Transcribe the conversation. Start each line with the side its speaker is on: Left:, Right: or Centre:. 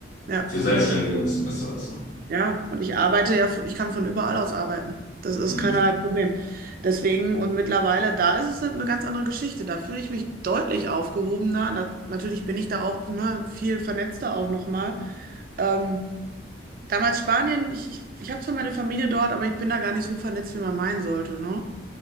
Right: ja,
Left: für Selbstständige ein bisschen besser ist. Ne?
Right: ja. Und ich arbeite ja, von, ich kann von überall aus arbeiten. Das ist
Left: Hm.
Right: keinerlei Problem. Deswegen, und mittlerweile, da ist es eine ganz andere Geschichte. Da fühle ich mich deutlich aufgehobener. Na, natürlich bin ich da auch, ne, viel vernetzter auch nochmal. Ähm, damals Spanien, ich, ich, ich habe zwar meine Familie dort, aber ich bin da gar nicht so vernetzt, wie man meinen sollte, ne?